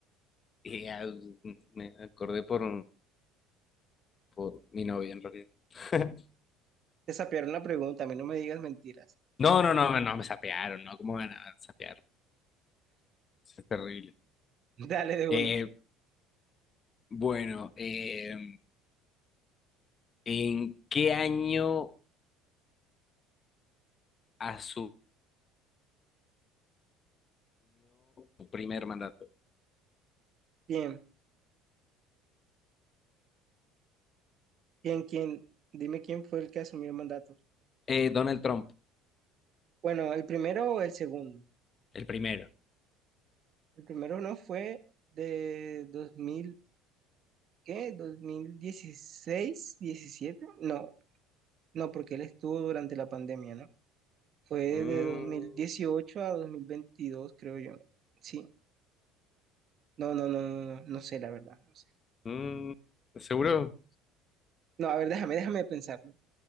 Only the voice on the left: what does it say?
ea, me acordé por, por mi novia en realidad. <laughs>
No, no, no, no, me sapearon, ¿no? ¿Cómo van a sapear? Eso Es terrible.
Eh, bueno, eh, ¿en qué año asumió su primer mandato?
Eh, Donald Trump,
el primero.
Mm,
mm, ¿seguro?